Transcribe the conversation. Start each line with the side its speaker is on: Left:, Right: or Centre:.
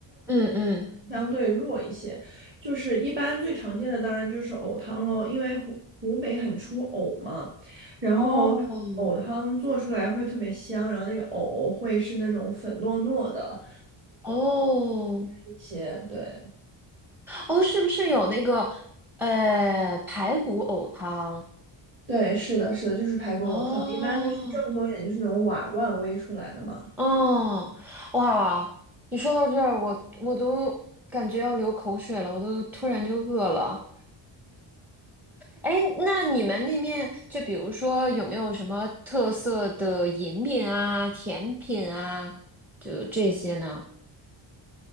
Centre: 嗯嗯，
Right: 相对弱一些，就是一般最常见的当然就是藕汤喽，因为湖湖北很出藕嘛，然后嗯藕汤做出来会特别香，
Centre: 哦
Right: 然后那个藕会是那种粉糯糯的
Centre: 哦
Right: 一些，对
Centre: 哦，是不是有那个呃排骨藕汤？
Right: 对，是的，是的，就是排骨藕汤，
Centre: 哦
Right: 一般就是正宗一点，就是那种瓦罐煨出来的嘛。
Centre: 哦，哇！你说到这儿，我我都感觉要流口水了，我都突然就饿了。哎，那你们那面就比如说有没有什么特色的饮品啊、甜品啊，就这些呢？